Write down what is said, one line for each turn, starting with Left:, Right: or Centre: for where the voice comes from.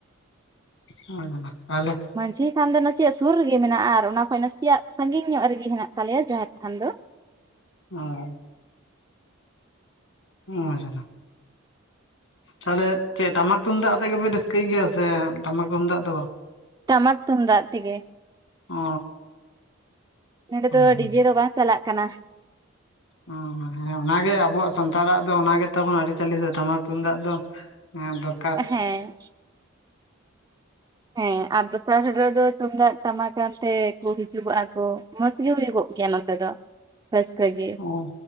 Left: ᱚ ᱛᱟᱦᱚᱞᱮ ᱡᱟᱞᱟ᱾
Right: ᱢᱟᱺᱡᱷᱤ ᱛᱷᱟᱱ ᱫᱚ ᱱᱟᱥᱮᱭᱟᱜ ᱥᱩᱨ ᱨᱮᱜᱮ ᱢᱮᱱᱟᱜᱼᱟ ᱟᱨ ᱚᱱᱟ ᱠᱷᱚᱡ ᱱᱟᱥᱮᱭᱟᱜ ᱥᱟᱺᱜᱤᱧ ᱧᱚᱜ ᱨᱮᱜᱮ ᱦᱮᱱᱟᱜ ᱛᱟᱞᱮᱭᱟ ᱡᱟᱦᱮᱨ ᱛᱷᱟᱱ ᱫᱚ᱾
Left: ᱚ᱾ ᱚ ᱡᱟᱞᱟ᱾ ᱛᱟᱦᱚᱞᱮ ᱪᱮᱫ ᱴᱟᱢᱟᱠ ᱛᱩᱢᱫᱟᱜ ᱟᱛᱮᱜ ᱜᱮᱯᱮ ᱨᱟᱹᱥᱠᱟᱹᱭ ᱜᱮᱭᱟ ᱥᱮ ᱴᱟᱢᱟᱠ ᱛᱩᱢᱫᱟᱜ ᱫᱚ ᱵᱟᱝ?
Right: ᱴᱟᱢᱠ ᱛᱩᱢᱫᱟᱜ ᱛᱮᱜᱮ,
Left: ᱚ
Right: ᱱᱚᱰᱮ
Left: ᱦᱳᱭ
Right: ᱫᱚ
Left: ᱦᱳᱭ
Right: ᱰᱤ ᱡᱮ ᱫᱚ ᱵᱟᱝ ᱪᱟᱞᱟᱜ ᱠᱟᱱᱟ᱾
Left: ᱚ ᱦᱮᱸ ᱚᱱᱟᱜᱮ ᱟᱵᱚᱣᱟᱜ ᱥᱟᱱᱛᱟᱲᱟᱜ ᱫᱚ ᱚᱱᱟᱜᱮ ᱛᱟᱵᱚᱱ ᱟᱹᱨᱤᱪᱟᱹᱞᱤ ᱥᱮ ᱴᱟᱢᱟᱠ ᱛᱩᱢᱫᱟᱜ ᱫᱚ ᱮᱸ ᱫᱚᱨ
Right: ᱦᱮᱸ᱾ ᱦᱮᱸ ᱟᱨ ᱫᱚᱥ ᱥᱟᱨ ᱦᱤᱞᱳᱜ ᱫᱚ ᱛᱩᱢᱫᱟᱜ ᱴᱟᱢᱟᱠ ᱟᱱ ᱛᱮ ᱠᱚ ᱦᱤᱡᱩᱜᱚᱜᱼᱟ ᱠᱚ ᱢᱚᱸᱡᱽ ᱜᱮ ᱦᱩᱭᱩᱜᱚᱜ ᱜᱮᱭᱟ ᱱᱚᱛᱮ ᱫᱚ᱾ ᱨᱟᱹᱥᱠᱟᱹ ᱜᱮ
Left: ᱚ